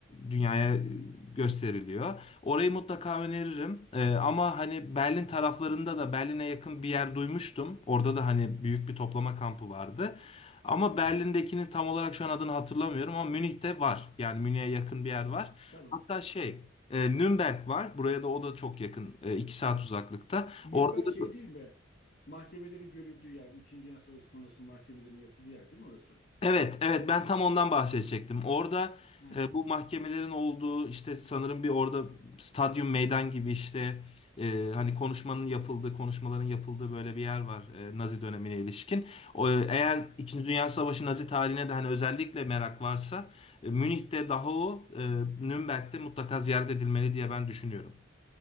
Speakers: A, on the left (about 30°); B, on the left (about 50°).
A: dünyaya gösteriliyor. Orayı mutlaka öneririm. E, ama hani Berlin taraflarında da Berlin'e yakın bir yer duymuştum. Orada da hani büyük bir toplama kampı vardı. Ama Berlin'dekinin tam olarak şu an adını hatırlamıyorum ama Münih'te var. Yani Münih'e yakın bir yer var.
B: Tamam.
A: Hatta şey e, Nürnberg var. Buraya da o da çok yakın. E, iki saat uzaklıkta.
B: Nürnberg
A: Orada da
B: şey değil mi? Mahkemelerin görüldüğü yer. Bu İkinci Dünya Savaşı sonrası mahkemelerin yapıldığı yer değil mi orası?
A: evet evet ben tam ondan bahsedecektim. Orada
B: He.
A: e, bu mahkemelerin olduğu işte sanırım bir orada stadyum meydan gibi işte e, hani konuşmanın yapıldığı konuşmaların yapıldığı böyle bir yer var e, Nazi dönemine ilişkin. O, e, eğer İkinci Dünya Savaşı Nazi tarihine de hani özellikle merak varsa e, Münih'te, Dachau, e, Nürnberg'de mutlaka ziyaret edilmeli diye ben düşünüyorum.